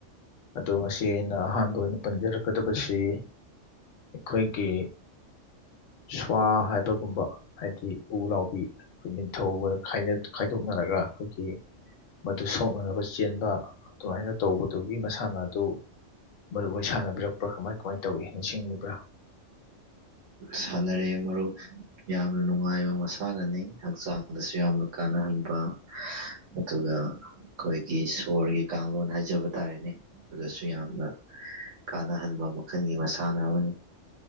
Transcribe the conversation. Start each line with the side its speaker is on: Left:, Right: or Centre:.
Left: ꯑꯗꯣ ꯉꯁꯤ ꯑꯩꯅ ꯑꯍꯥꯟꯕ ꯑꯣꯏꯅ ꯄꯟꯖꯔꯛꯀꯗꯕꯁꯤ ꯑꯩꯈꯣꯏꯒꯤ ꯁ꯭ꯋꯥ ꯍꯥꯏꯕ ꯒꯨꯝꯕ ꯍꯥꯏꯗꯤ ꯎꯅꯥꯎꯕꯤ ꯑꯩꯈꯣꯏ ꯅꯤꯡꯊꯧꯒꯅ ꯈꯥꯏꯅ ꯈꯥꯏꯗꯣꯛꯅꯔꯒ ꯑꯩꯈꯣꯏꯒꯤ ꯃꯗꯨ ꯁꯣꯛꯅꯅꯕ ꯆꯦꯟꯕ ꯑꯗꯨꯃꯥꯏꯅ ꯇꯧꯕꯗꯨꯒꯤ ꯃꯁ ꯁꯥꯟꯅꯗꯨ ꯃꯔꯨ ꯑꯣꯏꯅ ꯁꯥꯟꯅꯕꯤꯔꯛꯄ꯭ꯔꯥ ꯀꯃꯥꯏ ꯀꯃꯥꯏꯅ ꯇꯧꯏ ꯅꯤꯡꯁꯤꯡꯂꯤꯕ꯭ꯔꯥ
Right: ꯁꯥꯟꯅꯔꯦ ꯃꯔꯨꯞ ꯌꯥꯝꯅ ꯅꯨꯡꯉꯥꯏꯕ ꯃꯁꯥꯟꯅꯅꯤ ꯍꯛꯆꯥꯡꯗꯁꯨ ꯌꯥꯝꯅ ꯀꯥꯟꯅꯍꯟꯕ ꯑꯗꯨꯒ ꯑ ꯑꯩꯈꯣꯏꯒꯤ ꯁꯣꯔꯒꯤ ꯀꯥꯡꯂꯣꯟ ꯍꯥꯏꯖꯕ ꯇꯥꯔꯦꯅꯦ ꯑꯗꯨꯁꯨ ꯌꯥꯝꯅ ꯀꯥꯟꯅꯍꯟꯕ ꯃꯈꯜꯒꯤ ꯃꯁꯥꯟꯅ ꯑꯃꯅꯤ